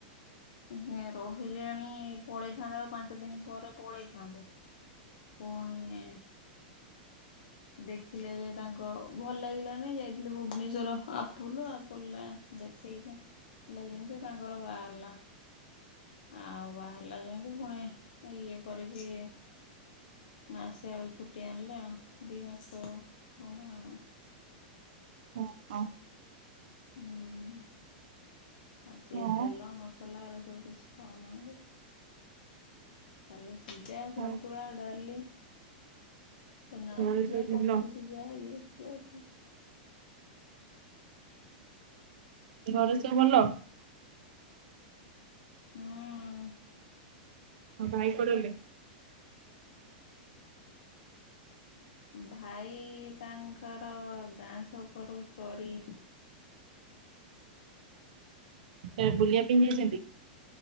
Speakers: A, on the left; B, on the right.
A: ଇଁ ହେଁ ରହିଲେଣି ପଳେଇଥାନ୍ତେ ଆଉ ପାଞ୍ଚ ଦିନ ପରେ ପଳେଇଥାନ୍ତେ। ପୁଣି ଦେଖିଲେ ଯେ ତାଙ୍କ ଭଲ ଲାଗିଲା ନାଇଁ ଯାଇଥିଲେ ଭୁବନେସ୍ଵର ଆପୁଲ, ଆପଲରେ ଦେଖେଇକି ହେଲା ଯେମିତି ତାଙ୍କର ବାହାରଲା। ଆଉ ବାହାରିଲା ଯେମିତି ପୁଣି ଇଏ କରିକି ମାସେ ଆଉ ଛୁଟି ଆଣିଲେ ଆଉ, ଦି ମାସ ଗନେ ଆଉ।
B: ଓ ହଁ।
A: ହୁଁ ଆଉ ସିଏ
B: ହଁ,
A: ତେଲ ମସଲା ଏରା ସବୁ କିଛି ଖାଉନାହାନ୍ତି। ଖାଲି ସିଝା, ସନ୍ତୁଳା,
B: ଆଉ
A: ଡାଲି, ସେ ନାଉ
B: ଘରେ
A: ସିଝା
B: ସବୁ
A: କଖାରୁ
B: ଭଲ
A: ସିଯା ଇଏ ସିଏ।
B: ଘରେ ସବୁ ଭଲ?
A: ହଁ।
B: ଆଉ ଭାଇ କୁଆଡେ ଗଲେ?
A: ଭାଇ ତାଙ୍କର ଗାଁ ଛକ ରୁ ଚରି
B: ସେ ବୁଲିବା ପାଇଁ ଯାଇଚନ୍ତି।